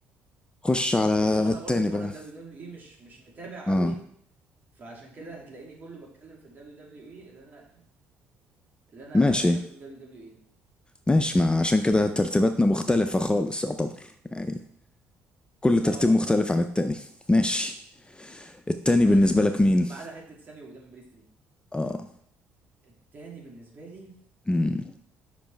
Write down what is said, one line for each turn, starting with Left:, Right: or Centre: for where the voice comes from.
Left: خش على
Right: بص هو انا
Left: التاني
Right: برضو بره
Left: بقى
Right: الدبليو دبليو اي مش مش متابع
Left: اه
Right: قوي فعشان كده هتلاقيني كله بتكلم في الدبليو دبليو اي اللي انا اللي انا
Left: ماشي
Right: شايفه في الدبليو دبليو اي
Left: ماشي ما عشان كده ترتيباتنا مختلفة خالص يعتبر يعني كل ترتيب
Right: اه
Left: مختلف عن التاني ماشي التاني
Right: <laughs>
Left: بالنسبة لك مين؟
Right: ما عدا حته سامي ودامي بريست دي
Left: اه
Right: التاني بالنسبه لي
Left: مم.